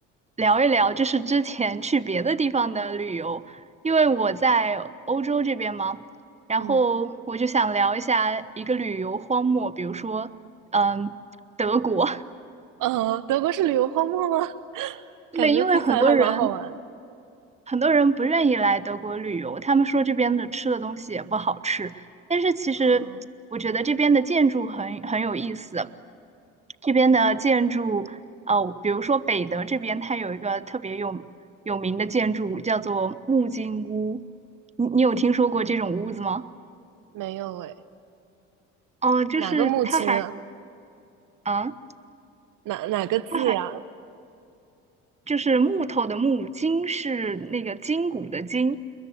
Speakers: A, on the right; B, on the right.
A: 聊一聊，就是之前去别的地方的旅游，因为我在欧洲这边嘛，然后我就想聊一下一个旅游荒漠，
B: 嗯，
A: 比如说，嗯，德国。<laughs>
B: 呃，德国是旅游荒漠吗？<laughs>
A: 对，
B: 感觉听起来还蛮好玩。
A: 因为很多人。很多人不愿意来德国旅游，他们说这边的吃的东西也不好吃。但是其实我觉得这边的建筑很很有意思，
B: 啊，
A: 这边的建筑，呃，比如说北德这边，它有一个特别有有名的建筑叫做木金屋，你你有听说过这种屋子吗？
B: 没有诶，
A: 哦、就是它还，
B: 哪个木金啊？
A: 啊，
B: 哪哪个字呀？
A: 它还。就是木头的木，筋是那个筋骨的筋，